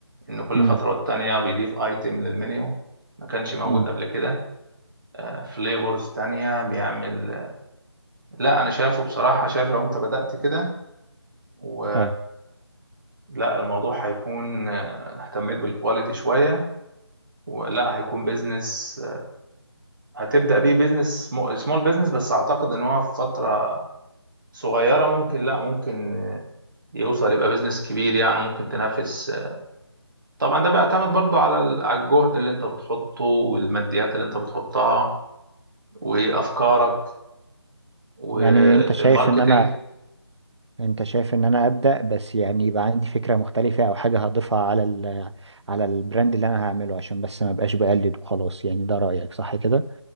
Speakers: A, on the right; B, on the right.
A: ان كل
B: امم
A: فتره والتانيه بيضيف ايتم للمنيو ما كانش موجود
B: امم
A: قبل كده فليفرز تانية بيعمل لا انا شافه بصراحه شاف لو انت بدأت كده و
B: اه
A: لا الموضوع هيكون آه، اهتميت بالكواليتي شوية ولا هيكون بيزنس هتبدأ بيه بيزنس سمول بيزنس بس اعتقد ان هو في فترة صغيرة ممكن لا ممكن آه، يوصل يبقى بيزنس كبير يعني ممكن تنافس آه، طبعا ده بيعتمد برضو على ال- على الجهد اللي انت بتحطه والماديات اللي انت بتحطها وافكارك والماركتينج
B: يعني انت شايف ان انا انت شايف ان انا ابدأ بس يعني يبقى عندي فكرة مختلفة او حاجة هضيفها على ال... على البراند اللي انا هعمله عشان بس ما بقاش بقلد وخلاص يعني ده رأيك صح كده